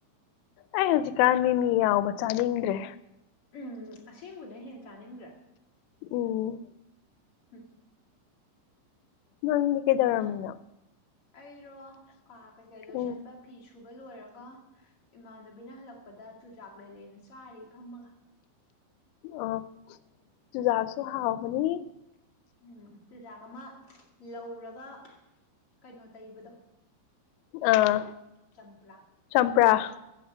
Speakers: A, on the left; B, on the left.
A: ꯑꯩ ꯍꯧꯖꯤꯛꯀꯥꯟ ꯃꯤ ꯃꯤ ꯌꯥꯎꯕ ꯆꯥꯅꯤꯡꯗ꯭ꯔꯦ
B: ꯎꯝ ꯑꯁꯦꯡꯕꯅ ꯍꯦꯟꯅ ꯆꯥꯅꯤꯡꯗ꯭ꯔꯥ
A: ꯑꯣꯝ
B: ꯍꯝ
A: ꯅꯪ ꯀꯦꯗꯔꯃꯤꯅ
B: ꯅꯥ ꯑꯩꯔꯣ ꯀꯥ ꯀꯩꯀꯩ ꯂꯣꯏꯁꯤꯟꯕ
A: ꯎꯝ
B: ꯐꯤ ꯁꯨꯕ ꯂꯣꯏꯔꯒ ꯏꯃꯥꯟꯅꯕꯤꯅ ꯍꯜꯂꯛꯄꯗ ꯆꯨꯖꯥꯛ ꯂꯩꯔꯦꯅ ꯆꯥꯔ ꯐꯝꯃꯒ
A: ꯑ ꯇꯨꯖꯥꯁꯨ ꯍꯥꯎ ꯃꯅꯤ
B: ꯎꯝ ꯆꯦꯖꯥꯛ ꯑꯃ ꯂꯧꯔꯒ ꯀꯩꯅꯣ ꯇꯩꯕꯗꯣ
A: ꯑꯥ
B: ꯆꯝꯄ꯭ꯔꯥ
A: ꯆꯝꯄ꯭ꯔꯥ